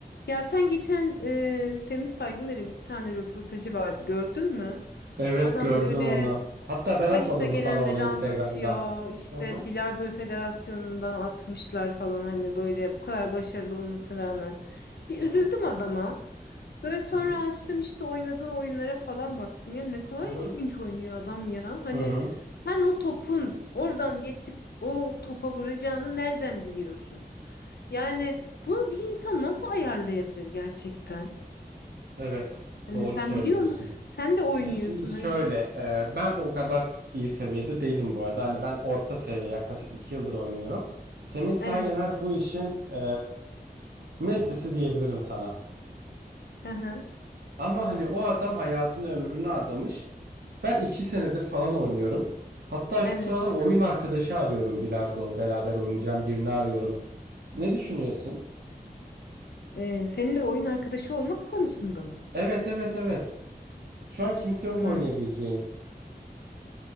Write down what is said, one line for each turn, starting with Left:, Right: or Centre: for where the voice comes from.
Left: Ya sen geçen e, Semih Saygıner'in bir tane röportajı vardı gördün mü?
Right: Evet
Left: Adam
Right: gördüm
Left: böyle
Right: onu. Hatta ben
Left: Başına
Right: atmadım
Left: gelenleri
Right: mı sana onu Instagram'dan?
Left: anlatıyor. İşte
Right: Hı hı
Left: Bilardo Federasyonu'ndan atmışlar falan hani böyle bu kadar başarılı olmasına rağmen. Bir
Right: hı
Left: üzüldüm
Right: hı
Left: adama. Böyle sonra
Right: hı hı
Left: açtım işte oynadığı oyunlara falan baktım. Ya ne kadar
Right: hı hı.
Left: ilginç oynuyor adam ya. Hani
Right: hı hı.
Left: sen o topun oradan geçip o topa vuracağını nereden biliyorsun? Yani bunu bir insan nasıl ayarlayabilir gerçekten?
Right: Evet,
Left: Hani
Right: doğru
Left: sen
Right: söylüyorsun.
Left: biliyor musun? Sen de oynuyorsun
Right: E şimdi şöyle,
Left: hani bir
Right: e, ben o kadar iyi seviyede değilim bu arada. Hani ben orta seviye, yaklaşık 2 yıldır oynuyorum. Semih Saygıner
Left: evet.
Right: bu işin e, Messi'si diyebilirim sana.
Left: Hı hı.
Right: Ama hani o adam hayatını ömrünü adamış. Ben 2 senedir falan oynuyorum. Hatta
Left: Evet.
Right: şu sıralar oyun arkadaşı arıyorum bilardo. Beraber oynayacağım birini arıyorum. Ne düşünüyorsun?
Left: Ee, seninle oyun arkadaşı olmak konusunda mı?
Right: Evet evet evet. Şu an kimse yok
Left: Hmm.
Right: oynayabileceğim.